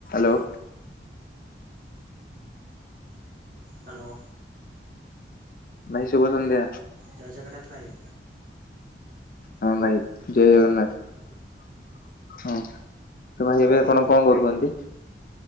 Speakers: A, on the left; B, on the right.
A: ଲୋ।
B: Hello.
A: ଭାଇ ଶୁଭ ସଂନ୍ଧ୍ୟା।
B: ଜୟ ଜଗନ୍ନାଥ ଭାଇ।
A: ହଁ ଭାଇ ଜୟ ଜଗନ୍ନାଥ। ହଁ ତ ଭାଇ ଏବେ ଆପଣ କଣ କରୁଚନ୍ତି।